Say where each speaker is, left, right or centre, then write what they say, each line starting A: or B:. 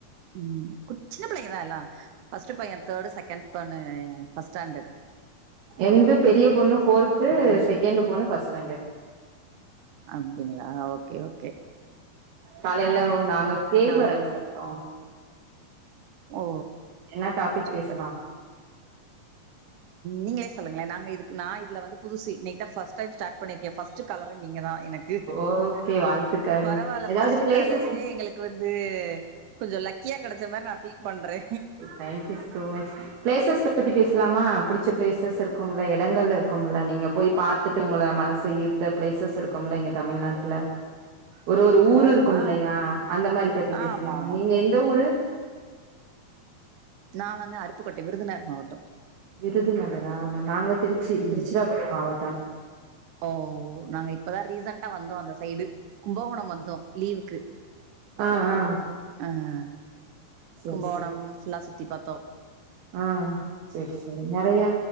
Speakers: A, on the right; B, on the right.
A: ம் கொச் சின்ன பிள்ளைகதா எல்லான் ஃபர்ஸ்ட் பையன் தேர்டு செகண்ட் பொண்ணு ஃபர்ஸ்ட் ஸ்டாண்டர்ட்டு
B: என்து பெரிய பொண்ணு ஃபோர்த்து செகண்ட் பொண்ணு ஃபஸ்ட் ஸ்டாண்டர்ட்
A: அப்டிங்களா ஓகே ஓகே
B: காலையில நாங்க கேள்வரகு
A: நா
B: சாப்டோ
A: ஓ
B: என்னா டாபிக்
A: சூப்பர்
B: பேசலாம்
A: நீங்களே சொல்லுங்களே நாங்க இதுக்கு நா இதுல வந்து புதுசு இன்னைக்கு ஃபஸ்ட் டைம் ஸ்டார்ட் பண்ணிருக்கே ஃபர்ஸ்ட் காலரே நீங்க தா எனக் கு
B: ஓகே வாழ்த்துக்கள்
A: பரவாயில்ல
B: ஏதாவது
A: ஃபஸ்ட்டு
B: பிளேசஸ்
A: காலரே எங்ளுக் கு வந்து கொஞ்ச லக்கியா கெ டச்ச மார் நா பீல் பண்றே
B: தேங்க்யூ சோ மச் ப்ளேசஸ் பத்தி பேசலாமா பிடிச்ச ப்ளேசஸ் இருக்கும்ல்ல எடங்கள்ல இருக்கும்ல நீங்க போய் பாத் பதுட்டு உங்கள மனச ஈர்த்த ப்ளேசஸ் இருக்கும்ல இங்க தமிழ்நாட்டுல ஒரு ஒரு ஊரு
A: ஓ
B: இருக்கும்
A: ஆ
B: இல்லையா அந்த மாரி பத்தி பேசலாம்
A: ஆமா ஆமா
B: நீங்க எந்த ஊரு
A: நா வந்து அருப்புக்கோட்டை விருதுநகர் மாவட்டம்
B: விருதுநகரா நாங்க திருச்சி
A: ம்
B: திருச்சிராப்பள்ளி மாவட்டம்
A: ஓ நாங்க இப்பதா ரீசண்டா வந்தோ அந்த சைடு கும்பகோண வந்தோ லீவுக்கு
B: ஆ ஆ
A: அம்
B: சேரி
A: கும்போணம் ஃபுல்லா சுத்தி பாத்தோ
B: ஆன் செரி செரி நெறையா